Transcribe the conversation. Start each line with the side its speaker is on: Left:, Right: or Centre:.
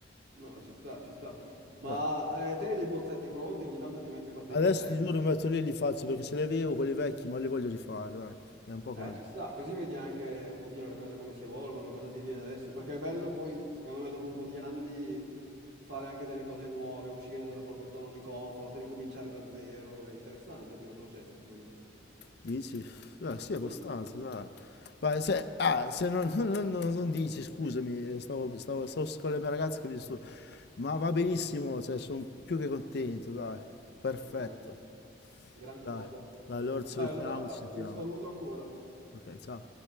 Right: No, ci sta, ci sta. Ma
Left: dai.
Right: eh, te hai dei bozzetti pronti? Ogni tanto ti metti a fare dei
Left: Adesso
Right: bozzetti,
Left: ti giuro, mi metto lì e li faccio, perché se li avevo quelli vecchi, ma li voglio rifare, dai, è un po' che
Right: Eh,
Left: non li
Right: ci sta, così vedi anche un pochino le cose come si evolvono, cosa ti viene adesso, perché è bello poi, secondo me, dopo un po' di anni fare anche delle cose nuove, uscire dalla propria zona di comfort, ricominciare da zero, è interessante come processo, secondo me.
Left: Dici? Eh, sì, abbastanza,
Right: Secondo me sì,
Left: dai. Ma se, ah, se non, <laughs> non- non- non dici, scusami, eh, stavo, stavo, stavo con le mie ragazze che mi disturbo. Ma va benissimo, cioè, sono più che contento, dai. Perfetto.
Right: grande, gran
Left: Dai,
Right: cosa.
Left: dai, allora
Right: Dai,
Left: ci salutiamo,
Right: allora
Left: ci sentiamo.
Right: un saluto ancora.
Left: Ok, ciao.